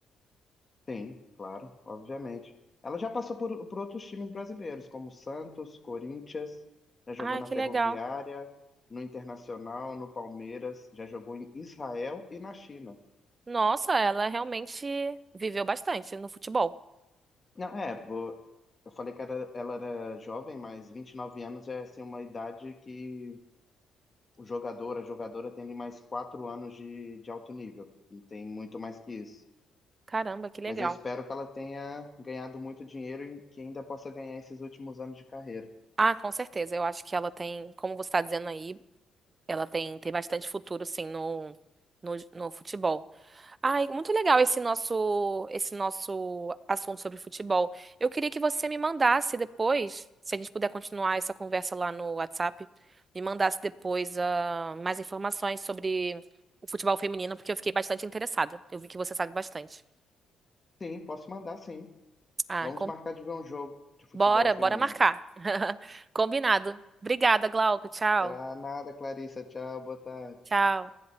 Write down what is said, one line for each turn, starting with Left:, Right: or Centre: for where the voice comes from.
Left: Tem, claro, obviamente. Ela já passou por, por outros times brasileiros, como Santos, Corinthians, já jogou
Right: Ai,
Left: na
Right: que
Left: Ferroviária,
Right: legal.
Left: no Internacional, no Palmeiras, já jogou em Israel e na China.
Right: Nossa, ela realmente viveu bastante no futebol.
Left: Não, é, pô, eu falei que era- ela era jovem, mas 29 anos é assim, uma idade que o jogador, a jogadora tem ali mais 4 anos de, de alto nível, não tem muito mais que isso.
Right: Caramba, que legal.
Left: Mas eu espero que ela tenha ganhado muito dinheiro e que ainda possa ganhar esses últimos anos de carreira.
Right: Ah, com certeza. Eu acho que ela tem, como você está dizendo aí, ela tem, tem bastante futuro, sim, no, no, no futebol. Ai, muito legal esse nosso, esse nosso assunto sobre futebol. Eu queria que você me mandasse depois, se a gente puder continuar essa conversa lá no WhatsApp, me mandasse depois, ah, mais informações sobre o futebol feminino, porque eu fiquei bastante interessada. Eu vi que você sabe bastante.
Left: Sim, posso mandar sim.
Right: Ah,
Left: Vamos marcar de ver um jogo de futebol
Right: Bora,
Left: feminino.
Right: bora marcar. <laughs> Combinado. Obrigada, Glauco. Tchau.
Left: Tá nada, Clarissa. Tchau, boa tarde.
Right: Tchau.